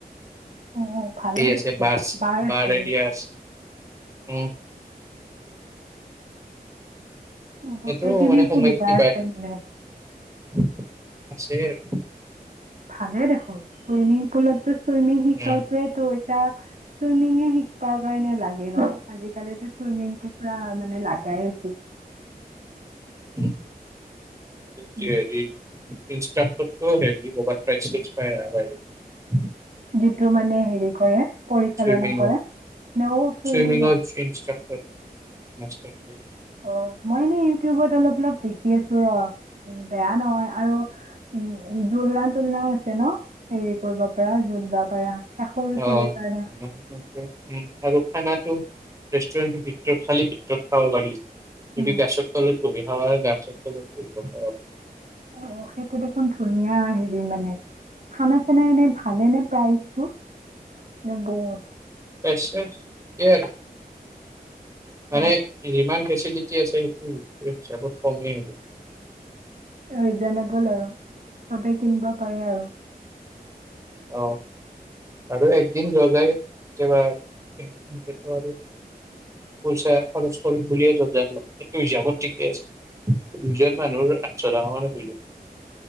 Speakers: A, on the right; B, on the right.
A: অ', ভালে
B: সেই
A: দেখোন
B: আছে বাছ
A: দেখোন।
B: বাৰ
A: আছে
B: ৰেডিয়াছ উম,
A: গোটেইখিনি
B: এইটো মানে সমিটি
A: সুবিধা আছে মানে।
B: <unintelligible> আছে আৰু
A: ভালে দেখোন চুইমিং পুলতো ছুইমিং
B: আৰু
A: শিকোৱাতোৱৈটৈ ছা চুইমিং শিকবা কাৰণে লাগে বা আজি পাৰিলে টো ছুইমিংটো পুৰা মানে লাগে গাই আছো।
B: উম, <unintelligible>
A: উম,
B: ইনষ্টাকতটো । <unintelligible>
A: সিটো মানে হেৰি কৰে। পৰিচালনা
B: চুইমিঙত
A: কৰে নেও চুইমিং
B: চুইমিঙৰ
A: হল।
B: <unintelligible>
A: অ মই এনে ইউটিউবত অলপ অলপ দেখি আছো ৰ। উ বেয়া নহয় আৰু উম উম। জুলনা তুলনাও আছে ন হেৰি কৰিব পাৰা জলবা পাৰা। সে সৰু চলিৰ
B: অ উম
A: কাৰণে।
B: আৰু খানাটো। ৰেষ্টুৰেণ্টৰ ভিতৰত খালী ভিতৰত খাব পাৰি।
A: উম
B: যদি গেছৰ তলত। কবি হাৱাই গেছৰ তলত <unintelligible>
A: অ সেইটো দেখোন ধুনীয়া হেৰি মানে খানা চানা এনে ভালে নে প্ৰাইজটো নে বহুত?
B: প্ৰাইজটো ঠিকে আৰু
A: অ
B: মানে ইমান ফেচিলেটি আছে সেইটো হিচাপত কমেই আৰু।
A: ৰিজনেবল আৰু চবে কিনিব পাৰে আৰু
B: আহ আৰু একদিন জনাই কেতিয়াবা এক পইচা খৰচ কৰিম বুলিয়ে যাযসেইটো হিচাপত ঠিকে আছে দুজন মানুহৰ আঠশ টকা মানল।